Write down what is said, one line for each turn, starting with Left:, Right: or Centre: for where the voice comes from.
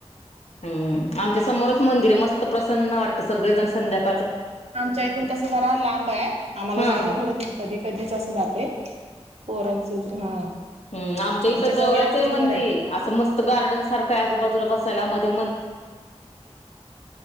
Left: हम्म आमच्या समोरच मंदिरे मस्त प्रसन्न वाटत सगळेजण संध्याका
Right: आमच्या इथून कसं जरा लांब आहे आम्हाला
Left: हा
Right: जायला
Left: हा
Right: घडत नाही कधी कधीच असं जाते फोरन सीझ हा
Left: हम् आमच्या इथं
Right: तुमच्या जवळ
Left: जवळचं
Right: आहे म्हणजे
Left: मंदिर
Right: बरं आहे
Left: असं मस्त गार्डन सारखं आजूबाजूला बस म व